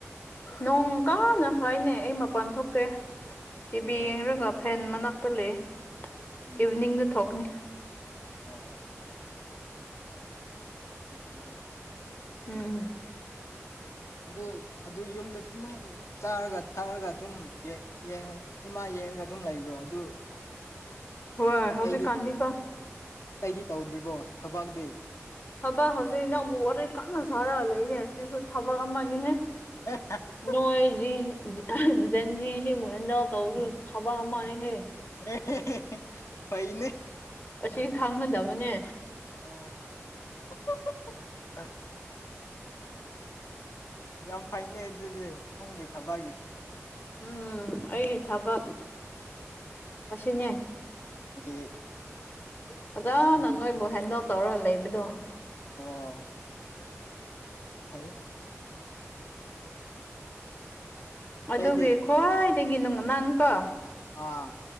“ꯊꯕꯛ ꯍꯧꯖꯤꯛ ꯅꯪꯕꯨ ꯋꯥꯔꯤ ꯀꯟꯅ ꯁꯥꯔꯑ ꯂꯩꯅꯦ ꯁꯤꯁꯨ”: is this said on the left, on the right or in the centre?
Left